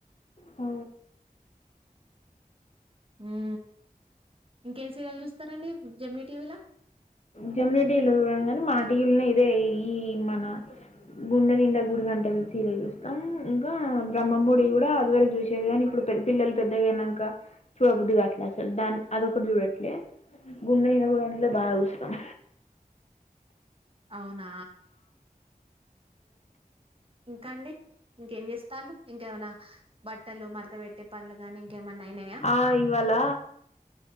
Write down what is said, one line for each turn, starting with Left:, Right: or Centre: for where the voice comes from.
Left: ఆ
Right: హ ఇంకేంసరల్ ఇస్తారంండి జెమిని టీవీ లా
Left: జమరెడ్డిలో చూడడం కాని మాటు ఇలునే ఇదే ఈ మన గుండె నిండ గుడి కంట సీరలు చూస్తాం ఇంకా బ్రహ్మమూడి కూడా అదివరకు చూసేది కానీ ఇప్పుడు పిల్లలు పెద్దగా అయినాక చూడబొద్దుగా అట్లా అసలు దాన్ని అదొకటి చూడట్లే గుండె నిండ గుడి అంట్లో బాగా వం
Right: అవునా ఇంకాండి ఇంకేం చేస్తాలు ఇంకేమనా బట్టలు మరత పెట్టే పనులు గాని ఇంకేమన్నా అయినాయా
Left: ఆ ఇవాళ